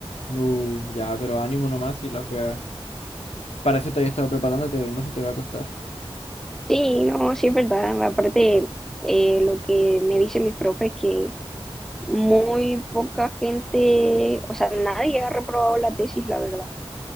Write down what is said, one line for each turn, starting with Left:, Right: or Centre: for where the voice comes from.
Left: No, ya, pero ánimo nomás y las weas. Para eso te había estado preparándote, no se te va a costar.
Centre: Sí, no, sí es verdad. Aparte, eh, lo que me dicen mis profes es que muy poca gente, o sea, nadie ha reprobado la tesis, la verdad.